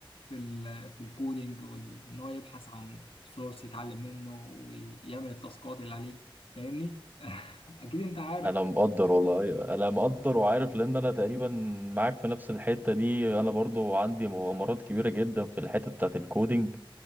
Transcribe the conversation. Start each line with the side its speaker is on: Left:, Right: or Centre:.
Left: في ال... في الكودينج وان هو يبحث عن سورس يتعلم منه ويعمل التاسكات اللي عليه فاهمني <laughs> اكيد انت عارف
Right: انا مقدر والله أيوة. انا مقدر وعارف لان انا تقريبا معاك في نفس الحته دي انا برضو عندي مغامرات كبيره جدا في الحته بتاعت الكودينج